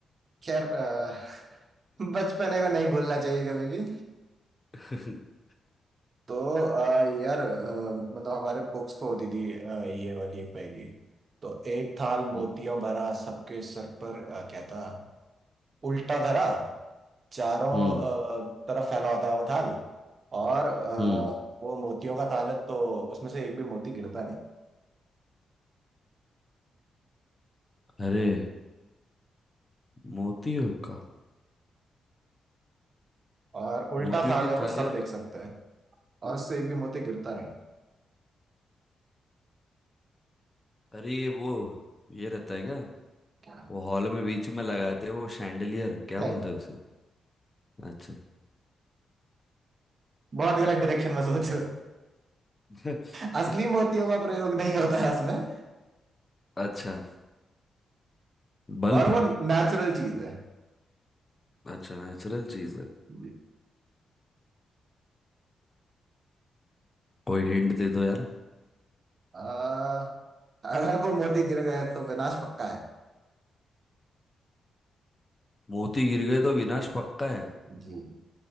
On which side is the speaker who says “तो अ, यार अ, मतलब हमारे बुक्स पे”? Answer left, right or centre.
Right